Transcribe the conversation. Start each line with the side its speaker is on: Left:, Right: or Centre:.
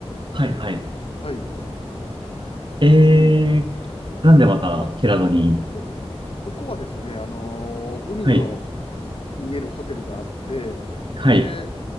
Right: はいはい。
Left: はい。
Right: え
Left: うん。
Right: ー、なんでまた平戸に。
Left: まあ、そ、そこはですね、あのー海の
Right: はい。
Left: 見えるホテルがあって、
Right: はい。
Left: で、